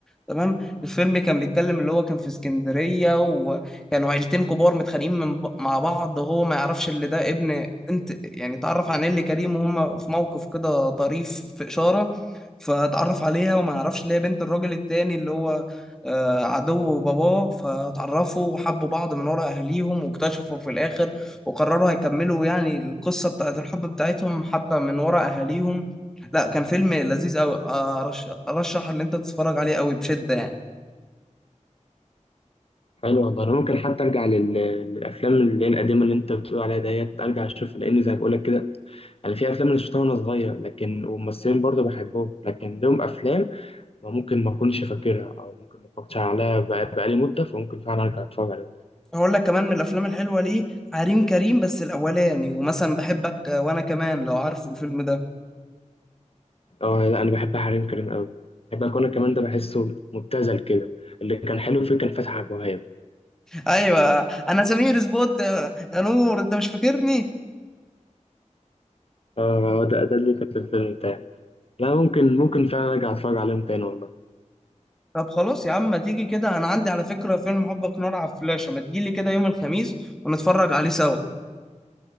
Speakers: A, in the centre; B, on the left.
A: تمام الفيلم كان بيتكلم اللي هو كان في اسكندرية وكانوا عيلتين كبار متخانقين من ب... مع بعض وهو ما يعرفش اللي ده ابن انت يعني اتعرف على نيلي كريم وهم في موقف كده طريف في إشارة فتعرف عليها وما يعرفش اللي هي بنت الراجل التاني اللي هو آه، عدو باباه فتعرفوا وحبوا بعض من ورا اهاليهم واكتشفوا في الاخر وقرروا هيكملوا يعني القصة بتاعت الحب بتاعتهم حتى من ورا أهاليهم لا كان فيلم لذيذ أوي آه، أرش- أرشح إن أنت تتفرج عليه أوي بشدة يعني
B: حلو والله انا ممكن حتى ارجع لل- للافلام اللي هي القديمه اللي انت بتقول عليها ديت ارجع اشوفها لان زي ما بقول لك كده انا في افلام انا شفتها وانا صغير لكن وممثلين برضو بحبهم لكن لهم افلام ما ممكن ما اكونش فاكرها او ممكن ما اتفرجتش عليها بقى- بقالي مده فممكن فعلا ارجع اتفرج عليهم
A: هقول لك كمان من الأفلام الحلوة ليه عريم كريم بس الأولاني ومثلا بحبك وأنا كمان لو عارفه الفيلم ده
B: اه لا انا بحب حريم كريم قوي بحب اكون كمان ده بحسه مبتذل كده اللي كان حلو فيه كان فتحي عبد الوهاب
A: أيوة أنا سمير سبوت يا نور أنت مش فاكرني
B: اه هو ده ده اللي كان في الفيلم بتاعي لا ممكن ممكن فعلا ارجع اتفرج عليهم تاني والله
A: طب خلاص يا عم ما تيجي كده أنا عندي على فكرة فيلم حبك نار على فلاشة ما تجيلي كده يوم الخميس ونتفرج عليه سوا